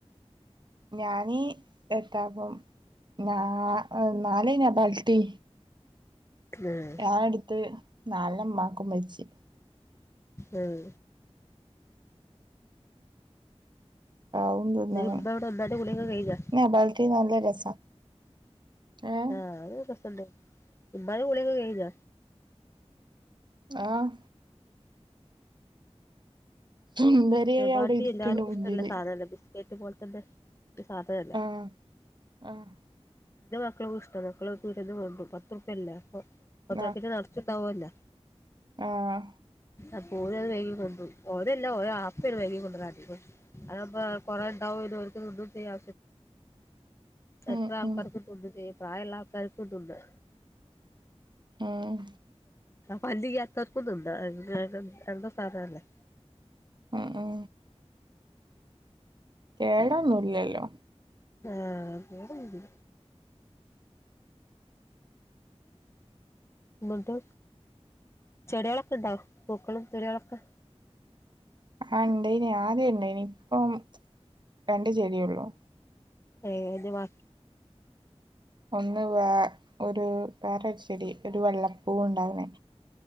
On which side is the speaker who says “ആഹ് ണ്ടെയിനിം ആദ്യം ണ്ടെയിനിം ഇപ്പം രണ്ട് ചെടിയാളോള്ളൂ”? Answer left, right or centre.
Right